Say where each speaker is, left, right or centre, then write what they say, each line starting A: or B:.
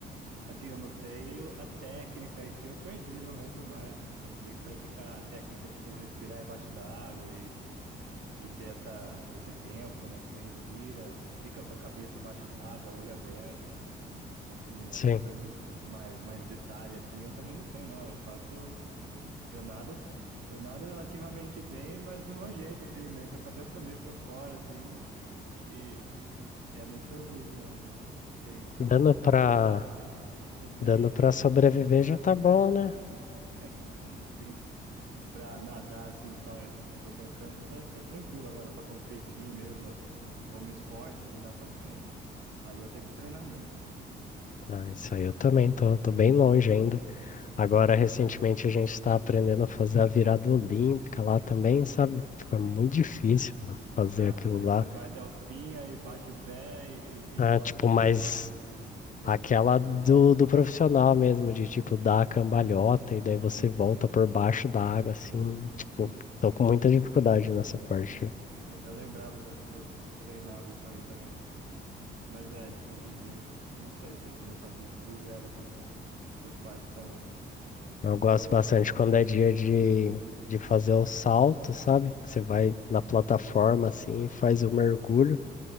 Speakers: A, on the right; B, on the left.
A: Assim, eu não sei o- a técnica, e se eu perdi, não lembro mais. não- Eu tô- tenho que praticar a técnica, tipo, respirar embaixo da água e, e ter essa, esse tempo, né, que você respira, fica com a cabeça embaixo da água, olho aberto. assim,
B: Sim.
A: essas coisas mais, mais detalhe, assim, eu também não sei, não. Eu faço, eu nado, eu nado relativamente bem, mas do meu jeito, assim, meio com a cabeça <laughs> meio pra fora, assim, e, e é no improviso, né? Se, se
B: Dando
A: eu for, se
B: pra,
A: eu voltasse, eu teria
B: dando
A: que
B: pra sobreviver
A: praticar.
B: já tá
A: <laughs>
B: bom, né?
A: Então, sim, pra nadar, assim, só em qualquer canto, tá, tá tranquilo. Agora, pra competir mesmo, como esporte de natação, aí eu tenho que treinar muito.
B: Ah, isso aí eu também tô, tô bem longe ainda. Agora, recentemente, a gente está aprendendo a fazer a virada olímpica lá também, sabe? Tipo, é muito difícil, mano, fazer
A: Ah,
B: aquilo
A: você
B: lá.
A: vai até o fim, aí bate o pé e, e
B: Ah,
A: volta
B: tipo,
A: do,
B: mas
A: do lado avesso.
B: aquela
A: Ah,
B: do, do profissional mesmo, de tipo, dar a cambalhota e daí você
A: sim,
B: volta
A: sim,
B: por baixo da água, assim. Tipo,
A: sim.
B: tô com muita dificuldade nessa parte.
A: Eu, eu lembrava que eu, que eu treinava isso aí também. Mas é, tipo, hoje em dia, não sei, tem que começar do, do zero essas, essas partes também.
B: Eu gosto
A: Eu,
B: bastante quando é dia de, de fazer o salto, sabe? Que você vai na plataforma assim e faz o mergulho.